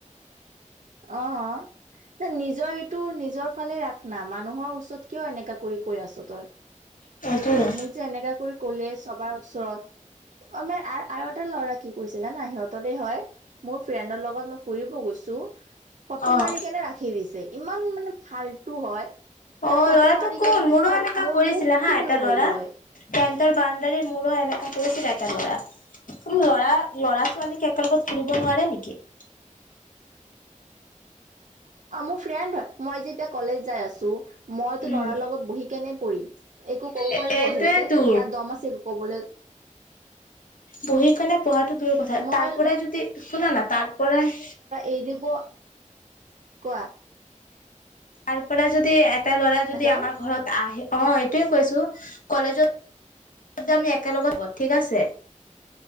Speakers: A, on the right; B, on the left.
A: অ ন নিজৰ এইটো নিজৰ ফালে ৰাখ না মানুহৰ ওচৰত কিয় এনেকা কৰি কৈ আছ তই
B: সেইটোয়ে
A: মোক যে এনেকা কৰি ক'লে চবাৰ ওচৰত আমাৰ আৰু এটা ল'ৰা কি কৰিছে জানা সিহঁতৰে হয় মোৰ ফ্ৰেণ্ডৰ লগত মই ফুৰিব গৈছো ফটো
B: অ'
A: মাৰি কেনে ৰাখি দিছে ইমান মানে ফাল্টু হয়
B: অ
A: তই ফটো
B: ল'ৰাটো
A: মাৰি
B: কোন
A: কেনে কি
B: মোৰো
A: হ'ল
B: এনেকা
A: মোৰ
B: কৰিছিলে
A: মোক কি
B: হা
A: কৰিব
B: এটা
A: পাৰিলি
B: ল'ৰা
A: হয়
B: তাৰ বান্ডাৰীৰ মোৰো এনেকা কৰিছিলে এটা লৰাই মানে লৰা লৰা ছোৱালীক একেলগত ফুৰিব নোৱাৰে নেকি
A: অ মোৰ ফ্ৰেণ্ড হয় মই যেতিয়া কলেজ যাই আছো মইতো
B: উম
A: লৰাৰ লগত বহি কেনে পঢ়িম একো কব
B: এ
A: পাৰিব
B: এইটোয়েতো
A: সিহঁতে তাৰ দম আছে কবলে
B: বহি কেনে পঢ়াটো দূৰৰ কথা
A: মই
B: তাৰ পৰাই যদি শুনা না তাৰ পৰাই
A: এৰিব কোৱা
B: তাৰ পৰা যদি এটা ল'ৰা যদি
A: হেল্ল'
B: আমাৰ ঘৰত আহে অ এইটোয়ে কৈছো কলেজত আমি একেলগত ঠিক আছে